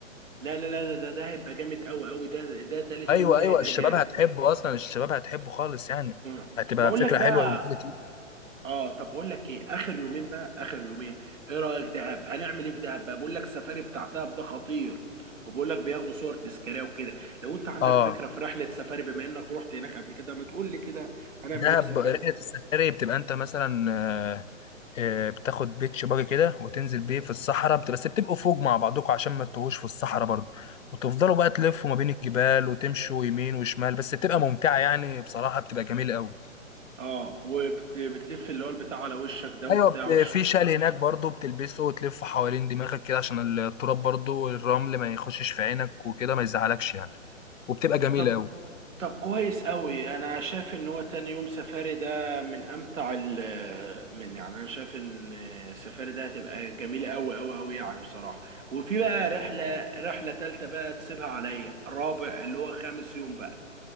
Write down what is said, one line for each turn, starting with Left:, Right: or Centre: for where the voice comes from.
Right: لا لا لا ده ده, ده هيبقى جامد قوي قوي ده ده تالت
Left: ايوه
Right: يوم ده
Left: ايوه
Right: هيبقى
Left: الشباب
Right: جامد
Left: هتحبه اصلا الشباب هتحبه خالص يعني
Right: مم.
Left: هتبقى
Right: بقول
Left: فكره
Right: لك بقى
Left: حلوه ومنتاليتي
Right: اه طب بقول لك ايه اخر يومين بقى اخر يومين ايه رأيك دهب هنعمل ايه في دهب بقى بقول لك سفاري بتاع دهب ده خطير وبقول لك بياخدوا صور تذكاريه وكده لو انت عندك
Left: اه
Right: فكرة في رحلة سفاري بما انك رحت هناك قبل كده ما تقول لي كده هنعمل
Left: دهب
Right: ايه في سفاري
Left: رحله السفاري بتبقى انت مثلا آه، آه، بتاخد بيتش باجي كده وتنزل بيه في الصحراء بت- بس بتبقوا فوق مع بعضكم عشان ما تتوهوش في الصحراء برضه وتفضلوا بقى تلفوا ما بين الجبال وتمشوا يمين وشمال بس بتبقى ممتعه يعني بصراحه بتبقى جميله قوي
Right: اه وبتلف اللي هو البتاع على وشك ده وبتاع
Left: ايوه بت-
Right: وشها
Left: في شال هناك برضه بتلبسه وتلفه حوالين دماغك كده عشان التراب برضه والرمل ما يخشش في عينك وكده ما يزعلكش يعني وبتبقى جميله
Right: طب
Left: قوي
Right: طب كويس قوي انا شايف ان هو تاني يوم سفاري ده من امتع ال من يعني انا شايف ان سفاري ده هتبقى جميله قوي قوي قوي يعني بصراحه وفي بقى رحله رحله تالته بقى تسيبها عليا رابع اللي هو خامس يوم بقى